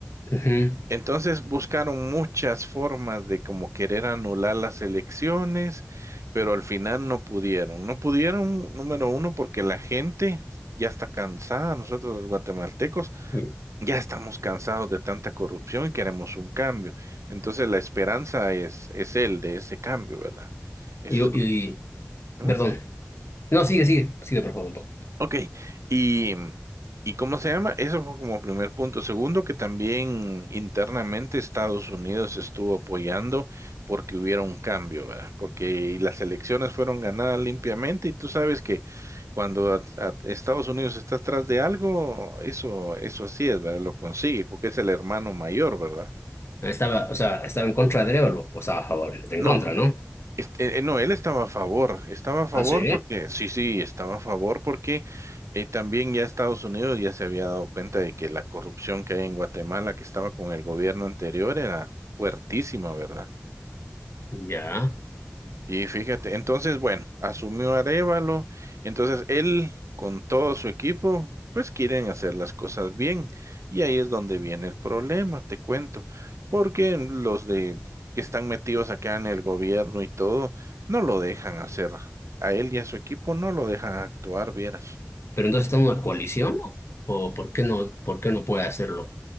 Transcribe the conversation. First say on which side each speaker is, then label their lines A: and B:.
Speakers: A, on the left (about 55°); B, on the right (about 70°).
A: Ujú.
B: Entonces buscaron muchas formas de como querer anular las elecciones, pero al final no pudieron. No pudieron, número uno, porque la gente ya está cansada. Nosotros los guatemaltecos
A: Y,
B: ya estamos cansados de tanta corrupción y queremos un cambio. Entonces la esperanza es, es el de ese cambio, ¿verdad? Eso
A: y,
B: es...
A: y-
B: ¿Mm?
A: perdón. No, sigue, sigue, sigue, por favor, un poco.
B: Ok, y, ¿y cómo se llama? Eso fue como primer punto. Segundo, que también internamente Estados Unidos estuvo apoyando porque hubiera un cambio, ¿verdad? Porque las elecciones fueron ganadas limpiamente y tú sabes que cuando a- a- Estados Unidos está atrás de algo, eso, eso así es, ¿verdad? Lo consigue porque es el hermano mayor, ¿verdad?
A: Estaba, o sea, estaba en contra de Arevalo, o estaba a favor, está en
B: No,
A: contra, ¿no?
B: Este, eh, eh, no, él estaba a favor, estaba a favor
A: Ah, sí,
B: porque, sí, sí, estaba a favor porque eh, también ya Estados Unidos ya se había dado cuenta de que la corrupción que hay en Guatemala que estaba con el gobierno anterior era fuertísima, ¿verdad?
A: ya.
B: Y fíjate, entonces, bueno, asumió Arévalo, entonces él con todo su equipo, pues quieren hacer las cosas bien. Y ahí es donde viene el problema, te cuento, porque los de que están metidos acá en el gobierno y todo, no lo dejan hacer. A él y a su equipo no lo dejan actuar, vieras.
A: Pero entonces está en una coalición, ¿no? ¿O por qué no, por qué no puede hacerlo?